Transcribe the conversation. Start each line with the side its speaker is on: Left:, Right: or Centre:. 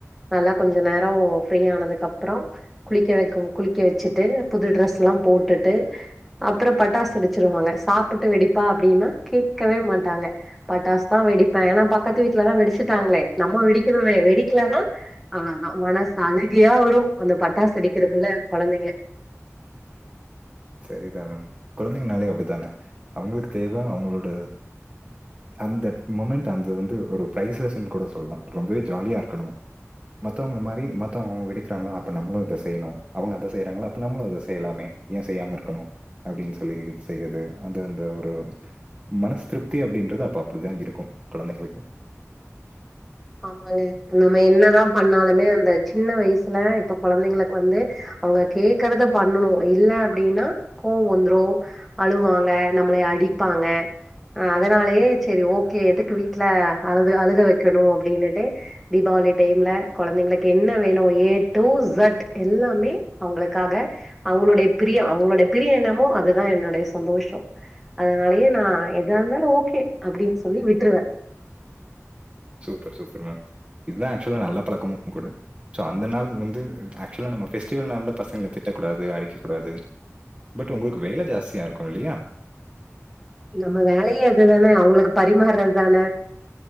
Centre: நல்லா கொஞ்ச நேரோ ஃப்ரீய ஆனதுக்கு அப்றோ குளிக்க வைக்க குளிக்க வச்சுட்டு புது டிரஸ் எல்லா போட்டுட்டு அப்புறோ பட்டாசு வெடிச்சிருவாங்க சாப்டுட்டு வெடிப்பா அப்படின்னா கேட்கவே மாட்டாங்க பட்டாஸ் தா வெடிப்பே ஏன்னா பக்கத்து வீட்டுலதா வெடிச்சுட்டாங்களே நம்ம வெடிக்கணுமே வெடிக்கலனா அவ்வளதா மனசு அழகயா வரு அந்த பட்டாசு அடிக்கிறதுகுள்ள குழந்தைங்க
Right: சரிதா மேம் குழந்தைங்கனாலே அப்படிதானே அவங்களுக்கு தேவை அவங்களோட அந்த முமெண்ட் அது வந்து ஒரு பிரைஸ்லெஸ்ன்னு கூட சொல்லலா ரொம்பவே ஜாலியா இருக்கணு மத்தவங்க மாரி மத்தவங்க வெடிகிறாங்க அப்ப நம்மளு இதை செய்யணு அவங்க அதை செய்றாங்களா அப்ப நம்மளு அதை செய்யலாமே ஏன் செய்யாம இருக்கணு அப்படினு சொல்லி செய்யறது அது வந்து ஒரு மனசு திருப்தி அப்படிங்கறது அப்ப அப்பதா இருக்கு குழந்தைகளுக்கு
Centre: ஆமாலு நம்ம என்னதா பண்ணாலுமே அந்த சின்ன வயசுல இப்ப குழந்தைங்களுக்கு வந்து அவங்க கேக்கறத பண்ணனு இல்ல அப்படின்னா கோவோ வந்துரு அழுவாங்க நம்மள அடிப்பாங்க அ அதனால சரி ஓகே எதுக்கு வீட்ல அழுக வைக்கணு அப்படின்னுட்டு தீபாவளி டைம்ல குழந்தைங்களுக்கு என்ன வேணு ஏ டூ ஜட் எல்லாமே அவங்களுக்காக அவங்களுடைய பிரியோ அவங்களுடைய பிரியோ என்னமோ அதுதா என்னுடைய சந்தோஷம் அதனாலயே நான் எதா இருந்தாலு ஓகே அப்படின்னு சொல்லி விட்டுருவே
Right: சூப்பர் சூப்பர்மேம் இதுதா ஆக்சுவலா நல்ல பழக்கமு கூட சோ அந்த நாள் வந்து ஆக்சுவலா நம்ம பெஸ்டிவல் நாள்ல பசங்கள திட்டகூடாது அடிக்ககூடாது பட் உங்களுக்கு வேல ஜாஸ்தியா இருக்கு இல்லையா
Centre: நம்ம வேலையே அதுதானே அவங்களுக்கு பரிமாறது தானே